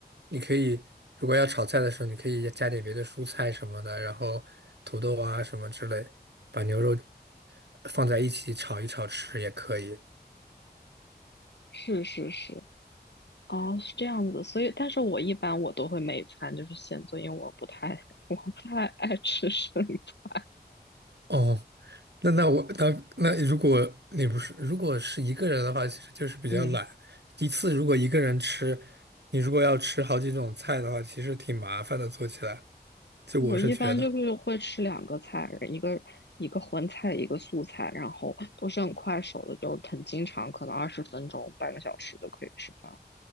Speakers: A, on the right; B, on the left.
A: 你可以如果要炒菜的时候，你可以加点别的蔬菜什么的，然后土豆啊什么之类，把牛肉放在一起炒一炒吃也可以。
B: 是是是，哦，是这样子。所以，但是我一般我都会每餐就是先做，因为我不太 <laughs> 我不太爱吃生的。
A: 哦，那那我那那如果你不是如果是一个人的话，其实就是比较懒。
B: 嗯，
A: 一次如果一个人吃，你如果要吃好几种菜的话，其实挺麻烦的，做起来。就我是觉得，
B: 我一般就是会吃两个菜，一个一个荤菜，一个素菜，然后都是很快手的，就很经常，可能二十分钟、半个小时就可以吃饭。